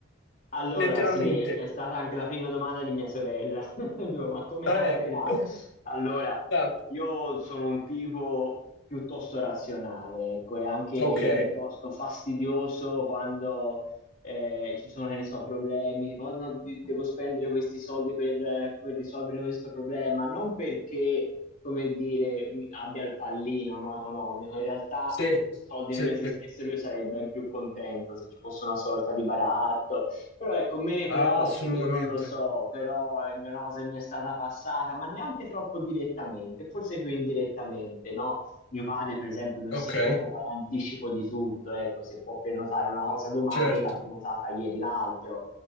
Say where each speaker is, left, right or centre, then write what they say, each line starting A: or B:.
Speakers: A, on the left; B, on the left.
A: Allora,
B: letteralmente.
A: sì, è stata anche la prima domanda di mia sorella. <laughs> Dico, ma come
B: Eh,
A: camperà?
B: <laughs>
A: Allora,
B: esatto.
A: Io sono un tipo piuttosto razionale, ecco, e anche
B: Ok.
A: piuttosto fastidioso quando eh, ci sono, che ne so, problemi, tipo, "Oh, no, di- devo spendere questi soldi per, eh, per risolvere questo problema, non perché, come dire, mi- abbia il pallino, no, economico, in realtà
B: Sì,
A: se i soldi
B: sì,
A: non esistessero io sarei ben più contento se ci fosse una sorta di baratto però ecco, me ne preoccupo,
B: assolutamente.
A: non lo so, però è una cosa che mi è stata passata, ma neanche troppo direttamente, forse più indirettamente, no? Mio padre, per esempio, non
B: Ok,
A: si preoccupa in anticipo di tutto, ecco, se può prenotare una cosa domani,
B: certo.
A: l'ha prenotata ieri l'altro